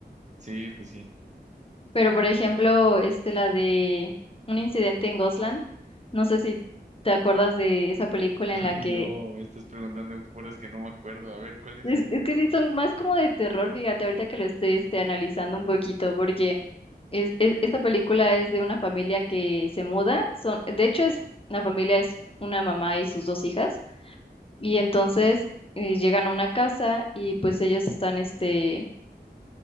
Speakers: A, on the right (about 45°); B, on the left (about 30°).
A: Sí, pues sí.
B: Pero por ejemplo, este, la de un incidente en Gosland, no sé si te acuerdas de esa película
A: Ay,
B: en la que
A: no, me estás preguntando puras que no me acuerdo. A ver, ¿cuál es
B: es,
A: esa?
B: es que sí son más como de terror, fíjate, ahorita que lo estoy este, analizando un poquito, porque es, es- esa película es de una familia que se muda, son, de hecho es, la familia es una mamá y sus dos hijas, y entonces eh, llegan a una casa y pues ellos están este